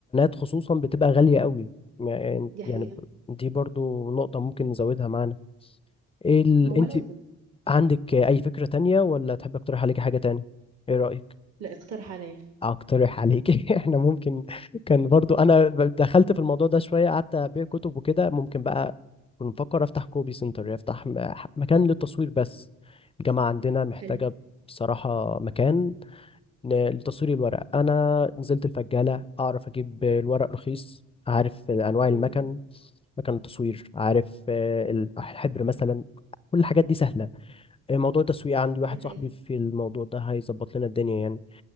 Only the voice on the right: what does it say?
دي
حقيقه
ما هو
لازم
لا اقترح عليا
حلو
مم.
دي حقيقة